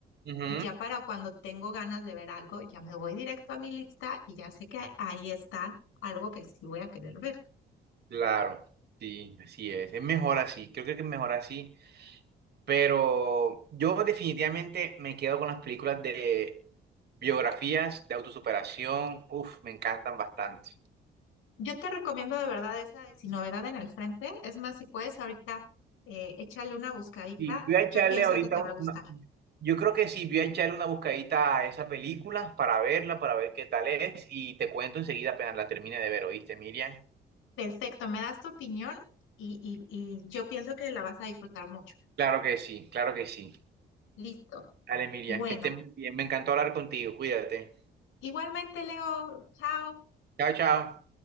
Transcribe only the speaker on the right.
Ujú.
Claro, sí, así es, es mejor así, creo que es mejor así, pero yo definitivamente me quedo con las películas de biografías, de autosuperación, uff, me encantan bastante.
Sí, voy
a echarle
ahorita
una... Yo creo que sí, voy a echarle una buscadita a esa película para verla, para ver qué tal es y te cuento enseguida apenas la termine de ver, ¿oíste, Miriam?
Claro que sí, claro que sí.
Dale, Miriam,
que estés muy bien. Me encantó hablar contigo. Cuídate.
Chao, chao.